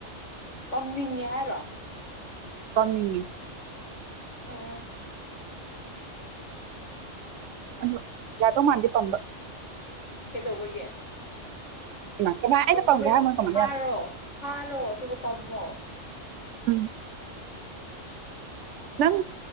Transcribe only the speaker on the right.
ꯄꯝꯅꯤꯡꯉꯤ
ꯑꯗꯣ ꯌꯥꯗꯧ ꯃꯥꯟꯗꯤꯦ ꯄꯝꯕ
ꯏꯃꯥ ꯀꯃꯥꯏ ꯑꯩꯅ
ꯄꯝꯒꯦ
ꯍꯥꯏꯔꯝꯃꯒ ꯀꯃꯥꯏꯅ
ꯌꯥꯗꯣꯏꯅꯣ
ꯎꯝ ꯅꯪ